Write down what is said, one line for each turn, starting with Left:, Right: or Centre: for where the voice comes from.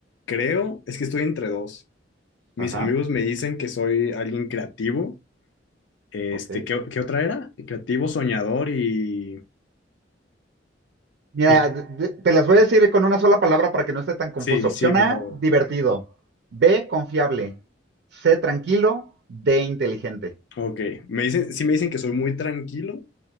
Left: Creo, es que estoy entre dos. Mis
Right: Ajá,
Left: amigos me dicen que soy alguien creativo. Este,
Right: ok.
Left: ¿qué, qué otra era? Creativo, soñador y,
Right: Mira,
Left: y...
Right: d- d- te las voy a decir con una sola palabra para que no esté tan confuso.
Left: Sí,
Right: Opción
Left: sí, por
Right: A,
Left: favor.
Right: divertido. B, confiable. C, tranquilo. D, inteligente.
Left: Ok. Me dicen, sí me dicen que soy muy tranquilo